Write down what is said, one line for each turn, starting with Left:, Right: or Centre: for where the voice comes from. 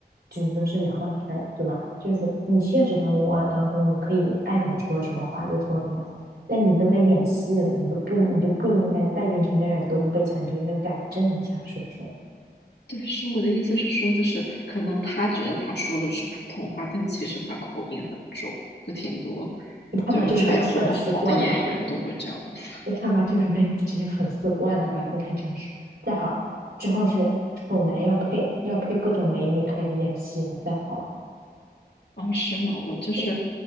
Right: 就是说是两码事儿，对吧？就是你现实生活当中，你可以爱怎么说什么话就说什么话，但你都在演戏了，你都不你就不应该带进去那点东北腔，你就应该改正一下，是不是？
Left: 对，是我的意思是说，就是可能他觉得他说的是普通话，但其实他口音很重，就挺多，
Right: 你看吧，
Left: 就是台词不好的演员都会这样子。
Right: 就是被粉丝惯的吧？你看吧，就是被这些粉丝惯的吧？你看真是，再好之后是丑男要配要配各种美女开始演戏了，再好
Left: 啊，是吗？我就是，
Right: 就是